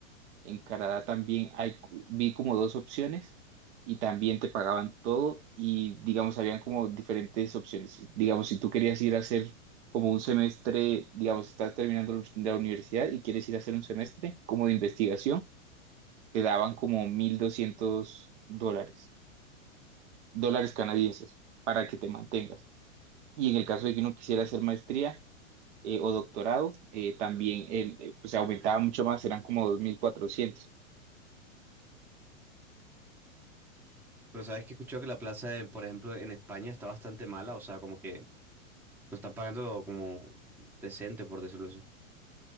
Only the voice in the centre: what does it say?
Pero sabes que he escuchado que la plaza, en- por ejemplo, en España está bastante mala. O sea, como que no están pagando como decente, por decirlo así.